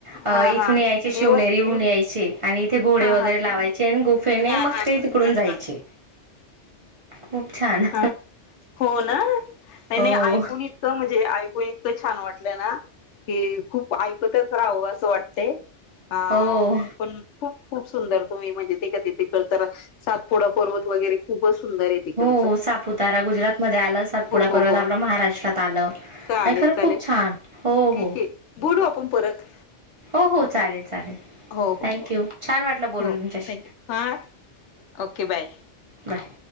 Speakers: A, on the right; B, on the left.
A: अ
B: हा
A: इथून
B: हा
A: यायचे शिवनेरीहन
B: एव
A: यायचे आणि इथे घोडे
B: हा
A: वगैरे
B: हा
A: लावायचे आणि गोफेने
B: हा
A: मग
B: हा
A: ते
B: ह
A: तिकडून जायचे
B: ह
A: खूप छान
B: ह हो ना नाही
A: हो
B: नाही ऐकून इतकं म्हणजे इतकं छान वाटलं ना की खूप ऐकतच राहावं असं वाटत अ
A: हो
B: पण खूप खूप सुंदर तुम्ही म्हणजे तेध त कत सातपोडा पर्वत वगैरे खूपच सुंदर आहे तिकड
A: हो सापुतारा गुजरात मध्ये आलं सातपुडा
B: हो
A: पर्वत
B: हो
A: आपलं महाराष्ट्रात आलं
B: चालेल
A: आणि खरं
B: चालेल
A: खूप छान हो
B: ठीक
A: हो
B: आहे बोलू आपण परत
A: हो हो चालेल चालेल
B: हो हो
A: थँक्यू
B: हो
A: छान वाटलं बोलून
B: हो
A: तुमच्याशी
B: थँक्यू हां ओके बाय
A: बाय